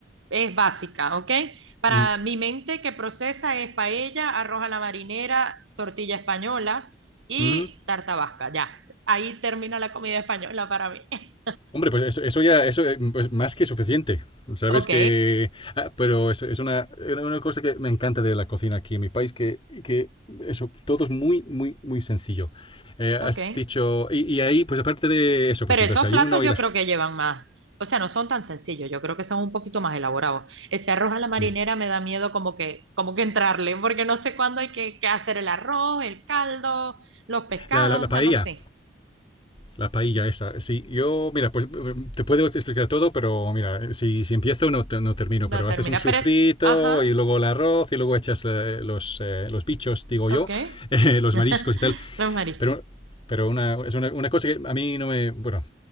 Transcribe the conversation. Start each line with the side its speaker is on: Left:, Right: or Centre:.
Right: es básica, ¿ok? Para
Left: Mm.
Right: mi mente que procesa es paella, arroz a la marinera, tortilla española y
Left: Ujú.
Right: tarta vasca, ya. Ahí termina la comida española para mí. <laughs>
Left: Hombre, pues eso, eso ya, eso eh, pues más que suficiente. Sabes
Right: Ok,
Left: que... ah, pero es, es una, era una cosa que me encanta de la cocina aquí en mi país, que, que eso, todo es muy, muy, muy sencillo. Eh,
Right: ok.
Left: has dicho... Y, y ahí, pues aparte de eso,
Right: Pero
Left: pues
Right: esos
Left: el desayuno
Right: platos yo
Left: y las...
Right: creo que llevan más. O sea, no son tan sencillos, yo creo que son un poquito más elaborados. Ese arroz a la marinera
Left: mm,
Right: me da miedo como que, como que entrarle, porque no sé cuándo hay que, que hacer el arroz, el caldo, los pescados,
Left: La, la, la
Right: o
Left: paella,
Right: sea, no sé.
Left: la paella esa. Sí, yo, mira, pues te puedo explicar todo, pero mira, si, si empiezo no, te- no termino,
Right: La
Left: pero
Right: termina,
Left: haces un sufrito
Right: Pérez, ajá,
Left: y luego el arroz y luego echas eh, los, eh, los bichos, digo
Right: ok.
Left: yo, <laughs> eh, los
Right: <laughs>
Left: mariscos y tal.
Right: Los mariscos.
Left: Pero, pero una, es una, una cosa que a mí no me, bueno,